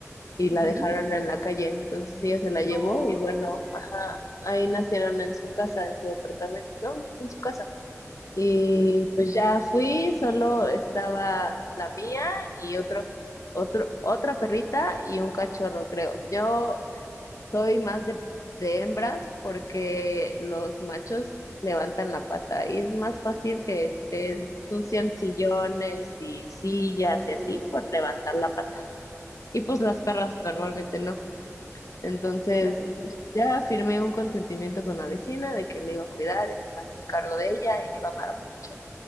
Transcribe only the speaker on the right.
ujú,
No,
pobre.
Sí,
claro, claro.